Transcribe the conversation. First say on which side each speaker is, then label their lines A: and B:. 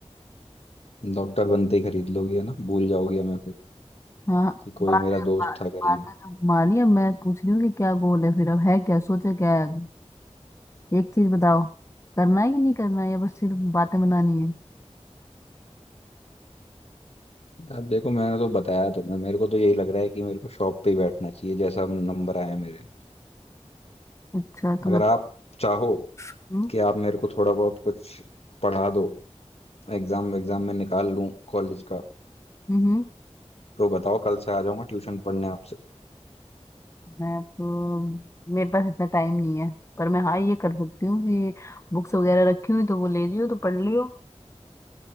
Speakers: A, on the left (about 65°); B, on the left (about 25°).
A: डॉक्टर बनते ही खरीद लोगे ना भूल जाओगे हमें फिर
B: हाँ
A: कि कोई
B: बात
A: मेरा
B: है
A: दोस्त
B: बा,
A: था गरीब
B: बात है तो माली अब मैं पूछ रही हूँ कि क्या गोल है फिर अब है क्या सोचा क्या है आगे एक चीज बताओ करना है कि नहीं करना है या बस सिर्फ बातें बनानी है
A: अब देखो मैंने तो बताया तुम्हें मेरे को तो यही लग रहा है कि मेरे को शॉप पे ही बैठना चाहिए जैसा नंबर आया मेरे
B: अच्छा तो
A: अगर
B: बत
A: आप चाहो
B: हम्म
A: कि आप मेरे को थोड़ा बहुत कुछ पढ़ा दो एग्जाम एग्जाम में निकाल लूं कॉलेज का
B: हम्म,
A: तो बताओ कल से आ जाऊंगा ट्यूशन पढ़ने आपसे
B: मैं तो मेरे पास इतना टाइम नहीं है पर मैं हाँ ये कर सकती हूँ कि बुक्स वगैरह रखी हुई तो वो ले लियो तो पढ़ लियो